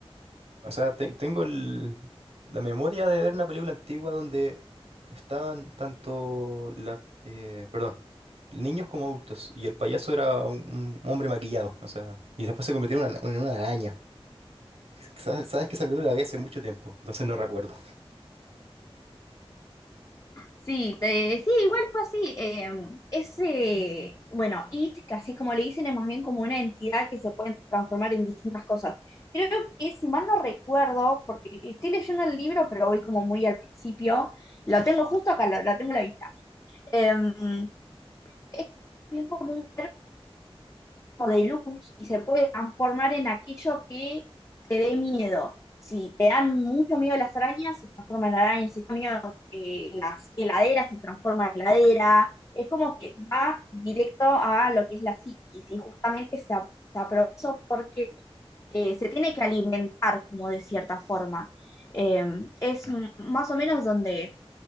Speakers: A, on the right; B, on the left.
A: O sea, ten- tengo el- la memoria de ver una película antigua donde estaban tanto la, eh, perdón, niños como adultos y el payaso era un, un hombre maquillado, o sea, y después se convirtió en una, en una araña. Sa- Sabes que esa película la vi hace mucho tiempo, entonces no recuerdo.
B: Sí, te- sí, igual fue así. eh, ese, bueno, IT, que así como le dicen, es más bien como una entidad que se puede transformar en distintas cosas. Creo que, si mal no recuerdo, porque estoy leyendo el libro, pero voy como muy al principio, lo tengo justo acá, lo, lo tengo a la vista. Eh, es bien común de luz y se puede transformar en aquello que te dé miedo. Si te dan mucho miedo las arañas, se transforman en arañas. Si te dan miedo eh, las heladeras, se transforman en heladera. Es como que va directo a lo que es la psiquis y justamente se, a- se aprovechó porque eh, se tiene que alimentar como de cierta forma. Eh, es más o menos donde